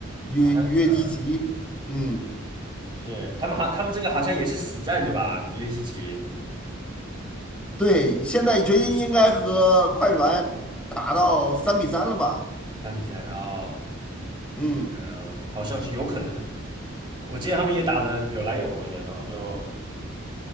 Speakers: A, in the centre; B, on the right.
A: 约约基奇，
B: 好像呃。
A: 嗯，
B: 是，他们好，他们这个好像也是死战对吧？约基奇
A: 对，现在掘金应该和快船打到三比三了吧？
B: 打比赛哦，
A: 嗯。
B: 嗯、好像是有可能。我记得他们也打的有来有回的，然后就